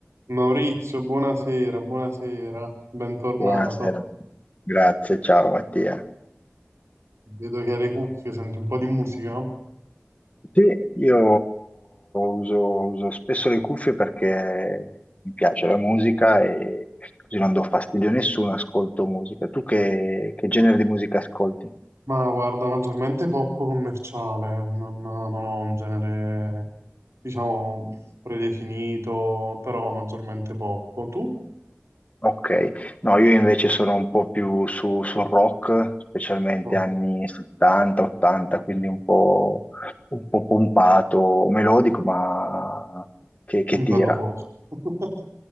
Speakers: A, on the right; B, on the left.
A: Maurizio, buonasera, buonasera, bentornato.
B: Buonasera, a tutti. grazie, ciao Mattia.
A: Vedo che hai le cuffie, senti un po' di musica,
B: Sì, io uso, uso spesso le cuffie perché mi piace la musica e così non do fastidio a nessuno, ascolto musica. Tu che, che genere di musica ascolti?
A: ma guarda, maggiormente pop commerciale, non, non ho un genere, diciamo, predefinito, però maggiormente pop. Tu?
B: Ok, no, io invece sono un po' più su, sul rock, specialmente
A: No,
B: anni 70, 80, quindi un po', un po' pompato, melodico, ma che, che tira.
A: bello forte. <laughs>